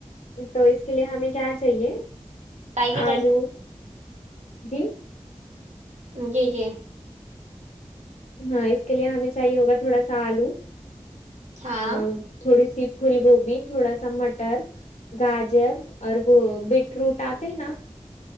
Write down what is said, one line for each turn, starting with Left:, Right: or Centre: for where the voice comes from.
Left: تو اس کے لیے ہمیں کیا چاہیے
Right: بتائیے ریسیپی۔
Left: آلو جی
Right: جی جی
Left: ہاں اس کے لیے ہمیں چاہیے ہوگا تھوڑا سا آلو
Right: ہاں
Left: آ، تھوڑی سی پھول گوبھی تھوڑا سا مٹر گاجر اور وہ بیٹروٹ آتے ہے نا